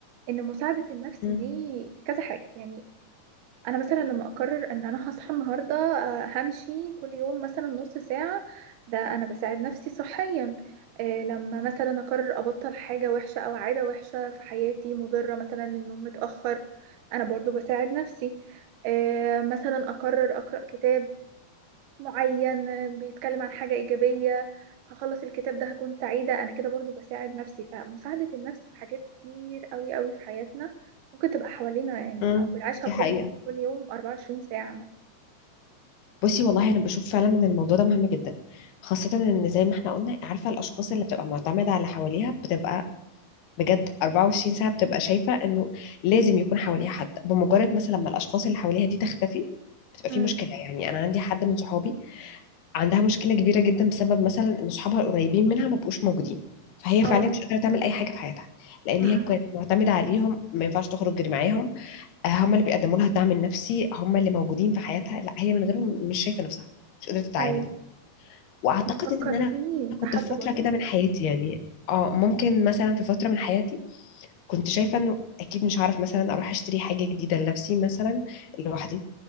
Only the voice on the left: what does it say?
مم.
مم.
دي
حقيقة
بصي والله أنا بشوف فعلا إن الموضوع ده مهم جدا خاصة إن زي ما احنا قلنا عارفة الأشخاص اللي بتبقى معتمدة على حواليها بتبقى بجد 24 ساعة بتبقى شايفة انه لازم يكون حواليها حد بمجرد مثلا ما الاشخاص اللي حواليها دي تختفي بتبقى في
مشكلة يعني انا عندي حد من صحابي عندها مشكلة كبيرة جدا بسبب مثلا ان صحابها القريبين منها ما بقوش موجودين فهي
فعليا مش قادرة تعمل اي حاجة في حياتها لان
هي كانت معتمدة عليهم ما ينفعش تخرج غير معاهم آه، هم اللي بيقدموا لها الدعم النفسي هم اللي موجودين في حياتها لا هي من غيرهم مش شايفة نفسها مش قادرة تتعامل
واعتقد
ان انا
كنت في فترة
كده
من حياتي يعني اه ممكن مثلا في فترة من حياتي كنت شايفة انه اكيد مش هعرف مثلا اروح اشتري حاجة جديدة لنفسي مثلا لوحدي